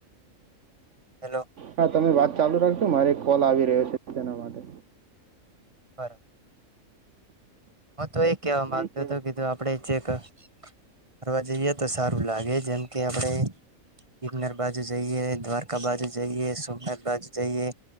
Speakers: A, on the right; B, on the right.
A: હેલો
B: હા તમે વાત ચાલુ રાખજો મારે એક કોલ આવી રહ્યો છે તેના માટે
A: બરાબર હ તો એ કેવા મામાંગતો
B: નહીં કહેવા
A: હતો કીધું
B: પડે
A: આપડે છે ફરવા જઈએ તો સારું લાગે જેમ કે આપણે કિનર બાજુ જઈએ દ્વારકા બાજુ જઈએ સોમનાથ બાજુ જઈએ